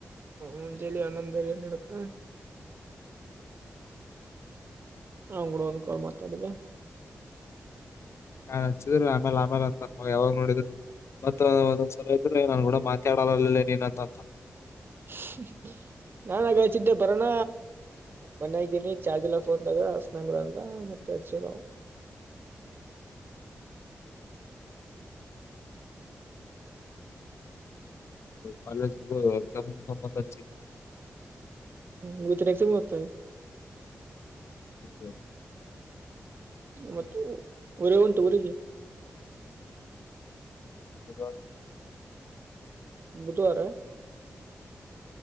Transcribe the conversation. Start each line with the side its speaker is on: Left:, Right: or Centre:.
Right: ಮಂಜಲಿ ಅನಂದರನ್ ಹಡತ ಹಾ್ ಕೂಡ ಒಂದ್ ಕಾಲ್ ಮಾತಾಡಿದ್ದೆ
Left: ನಾನ್ ಹಚ್ಚಿದ್ರಿ ಆಮೇಲೆ ಆಮೇಲೆ ಅಂತ ಮ ಯಾವಾಗ ನೋಡಿದ್ರಿ ಮತ್ತ ಒಂದ್ಲ ಇದ್ರೆ ನಾನ್ ಕೂಡ ಮಾತಾಡಲ್ಲನಂತಂತ
Right: ಹ್ ನಾನ್ಗಚಿದ್ದೆ ಬರೋಣ ಮನ್ಯಾಗೀನಿ ಚಾರ್ಜ್ ಎಲ್ಲ ಫೋನ್ದಾಗ ನಂಬ್ರ ಅಂದ ಮ ಕ್ಷ ನೋ
Left: ಕಾಲೇಜ್ ಎಕ್ಸಾಮ್ ಮುಗ್ಸೊಂಡ ಬಂದ ಹಚ್ಚಿ.
Right: ಹ್ಮ್ ವಿಚರೆಕ್ಸಮತ್ತ.
Left: ಹ
Right: ಮತ್ತ ಊರೇ ಉಂಟು ಊರಿಗೆ.
Left: ಬುಧ.
Right: ಬುಧವಾರ.